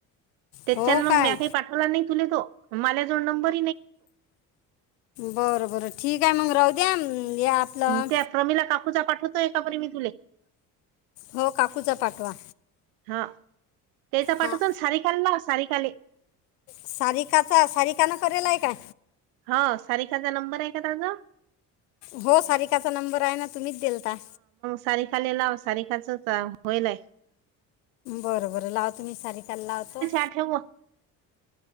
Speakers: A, on the right (about 80°); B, on the left (about 85°).
A: त्याच्यान
B: हो
A: मग
B: काय
A: म काही पाठवला नाही तुला तो मला जोड नंबर
B: बरं बरं ठीक आहे मग राहू द्या. आपलं
A: त्या प्रमीला काकूचा पाठवतोय एकापरी मी तुले
B: हो काकूचा पाठवा
A: हा त्याचा पाठचून
B: हां
A: सार कााल ला सारीकााले
B: सारी काचा सारी काना करेला आहे का
A: ह सारखाचा नंबर आहे का तचाा
B: हो सारिकाचा नंबर आहे ना तुम्हीच देलता
A: सारीखालेलाव सारीखाचच होईल आहे
B: बरं बरं लाव तु म्ी सारी काल लावतो
A: ठेव